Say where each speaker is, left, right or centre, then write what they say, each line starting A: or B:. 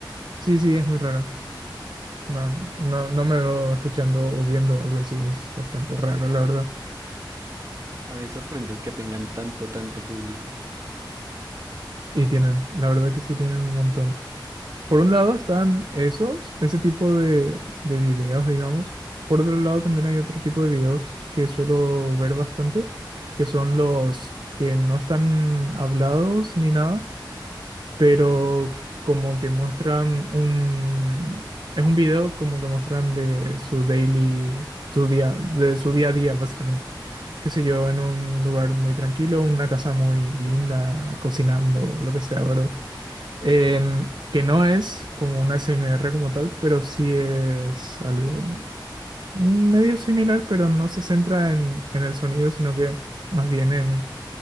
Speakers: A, on the right (about 60°); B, on the right (about 40°).
A: Sí, sí, es muy raro. No, no, no me veo escuchando o viendo algo así, es bastante raro, la verdad.
B: A mí me sorprende es que tengan tanto, tanto público.
A: Y tienen, la verdad que sí tienen un montón. Por un lado están esos, ese tipo de, de videos, digamos. Por otro lado también hay otro tipo de videos que suelo ver bastante, que son los que no están hablados ni nada, pero
B: Ujú.
A: como que muestran un... Es un video como que muestran de su daily, su día, de su día a día, básicamente. Qué sé yo, en un lugar muy tranquilo, una casa muy linda, cocinando, lo que sea, ¿verdad? Em, que no es como una A S M R como tal, pero sí es algo medio similar, pero no se centra en, en el sonido, sino que más bien en